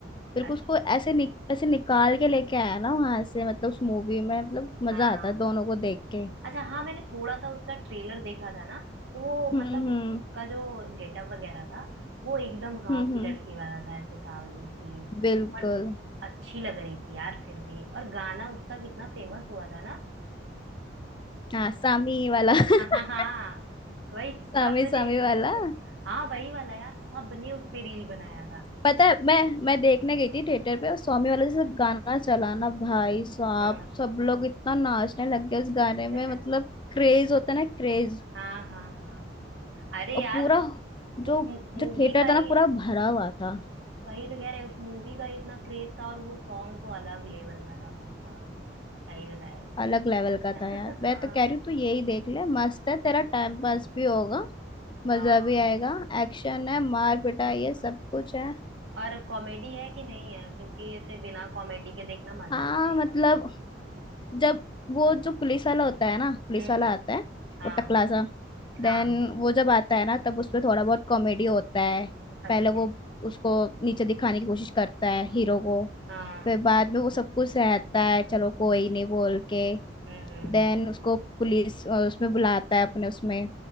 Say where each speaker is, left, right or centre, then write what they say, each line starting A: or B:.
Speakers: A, on the left; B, on the right.
A: बिल्कुल
B: अच्छा
A: उसको ऐसे निक, ऐसे निकाल के लेके आया ना वहां से मतलब उस मूवी में मतलब मजा
B: हाँ
A: आता है दोनों को देख के
B: अच्छा हाँ मैंने थोड़ा सा उसका ट्रेलर देखा था ना तो वो
A: हम्म
B: मतलब
A: हम्म
B: उसका जो गेटअप वगैरह था वो एकदम गांव
A: हम्म
B: की
A: हम्म
B: लड़की वाला था ऐसे सावली सी
A: बिल्कुल
B: बट अच्छी लग रही थी यार फिर भी और गाना उसका कितना फेमस हुआ था ना
A: हाँ सामी वाला
B: हाँ
A: <laughs>
B: हाँ वही
A: सामी
B: सबने
A: सामी वाला
B: <laughs> हाँ वही वाला यार सबने उस पे रील बनाया था
A: पता है मैं मैं देखने गई थी थिएटर पे और स्वामी वाला जैसे गाना चला ना भाई साहब
B: हाँ
A: सब लोग इतना नाचने लग गए उस गाने
B: <laughs>
A: में मतलब क्रेज होता है ना क्रेज
B: हाँ हाँ हाँ अरे
A: और
B: यार
A: पूरा जो
B: उस मूवी
A: जो थिएटर
B: का
A: था ना
B: ही
A: पूरा भरा हुआ था
B: वही तो कह रहे उस मूवी का ही इतना क्रेज था और वो सॉन्ग तो अलग लेवल का था भाई साहब क्या ही बताए
A: अलग लेवल का
B: <laughs>
A: था यार मैं
B: हाँ
A: तो कह रही हूँ तू यही देख ले मस्त है तेरा टाइम पास भी होगा मजा
B: हाँ
A: भी आएगा एक्शन है मार पिटाई है सब कुछ है
B: और कॉमेडी है कि नहीं है क्योंकि इसे बिना कॉमेडी के देखना मजा
A: हाँ
B: नहीं आएगा
A: मतलब जब वो जो पुलिस वाला होता है ना पुलिस
B: हम्म
A: वाला आता है
B: हाँ
A: वो टकला सा देन
B: हाँ
A: वो जब आता है ना तब उसमें थोड़ा बहुत कॉमेडी होता है
B: अच्छा
A: पहले वो उसको नीचे दिखाने की कोशिश करता है हीरो को
B: हाँ
A: फिर बाद में वो सब कुछ सहता है चलो कोई नहीं बोल के
B: हम्म हम्म
A: देन
B: हम्म,
A: उसको पुलिस अ, उसमें बुलाता है अपने उसमें